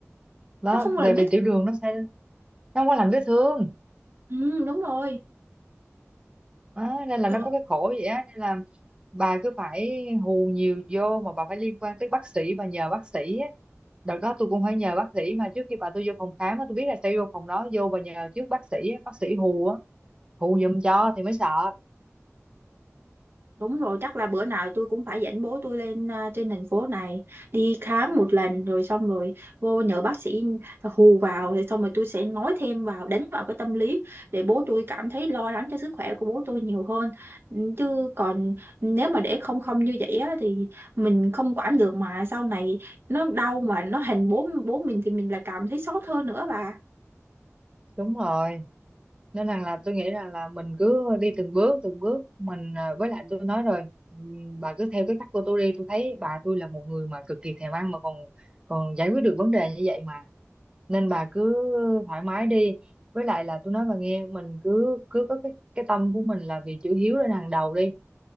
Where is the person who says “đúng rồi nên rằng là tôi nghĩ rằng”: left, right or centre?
Right